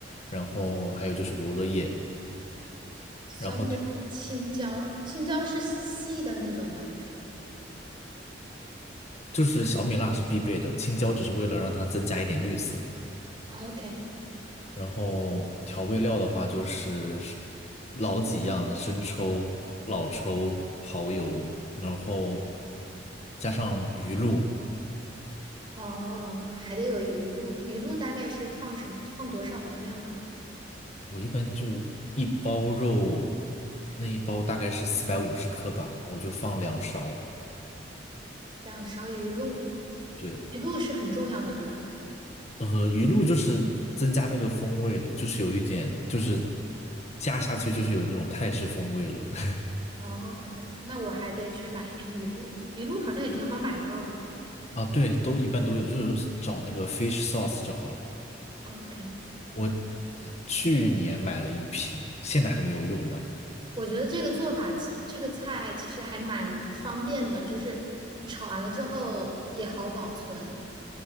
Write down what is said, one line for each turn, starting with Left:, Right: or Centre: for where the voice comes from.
Left: 然后还有就是罗勒叶，
Right: 小米辣、
Left: 然后
Right: 青椒，青椒是细的那种吗
Left: 就是小米辣是必备的，青椒只是为了让它增加一点绿色。
Right: ？OK，
Left: 然后调味料的话就是是老几样，生抽、老抽、蚝油，然后加上鱼露，
Right: 哦，还得有鱼露，鱼露大概是放什么？放多少的量啊？
Left: 我一般就一包肉，那一包大概是四百五十克吧，然后我就放两勺，
Right: 两勺鱼露，
Left: 对。
Right: 鱼露是很重要的，对吧
Left: 呃，鱼露就是增加那个风味的，就是有一点，就是加下去就是有那种泰式风味了。<laughs>
Right: ？OK，那我还得去买一瓶鱼露，鱼露好像也挺好买到的。
Left: 啊，对，都一般都有，就是找那个 fish sauce 就好了。
Right: OK，
Left: 我呃去年买了一瓶，现在还没有用完。
Right: 我觉得这个做法其这个菜其实还蛮方便的，就是你炒完了之后也好保存。